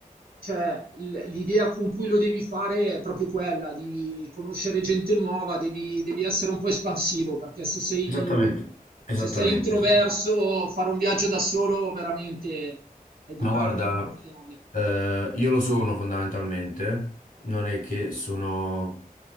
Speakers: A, on the right; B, on the left.
A: cioè, l- l'idea con cui lo devi fare è proprio quella di conoscere gente nuova, devi, devi essere un po' espansivo perché se sei,
B: Esattamente, esattamente,
A: se sei introverso
B: esattamente.
A: fare un viaggio da solo veramente è di
B: Ma
A: una
B: guarda,
A: noia mortale.
B: eh, io lo sono fondamentalmente, non è che sono